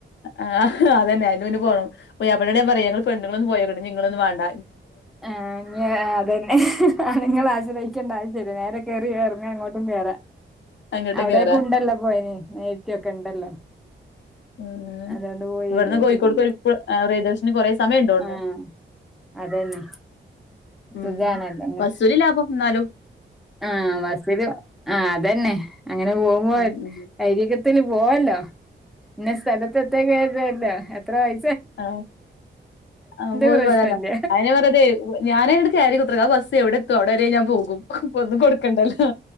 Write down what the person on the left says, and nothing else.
ആഹ് അതന്ന അന് മുന്നെ പോണം പോഓ എവിടെയാ പറയാ ഞ പെണ്ണങ്ങളൊന്ന പോയക്ക നിങ്ങളൊന്നും വേണ്ട
അങ്ങട്ടും
കേറാ
ഉ
ഇവിടുന്ന്
കോഴിക്കോട്
ഏകദേശം ഇ കൊറെ സമയം ഉണ്ടോണ്ട്
ഉം
വസൂല് ലാഭം വന്നാലും
ഉം ഉം
ആ ആ പോയി
പോലാല അയിനെ പറതെ ഞാനങ്ങടക്ക്രിക്കക്ക എവിടെ എത്തും അവിടെ വരെ ഞാൻ പോകുംപ്പ ഒന്നും കൊടുക്കണ്ടല്ലോ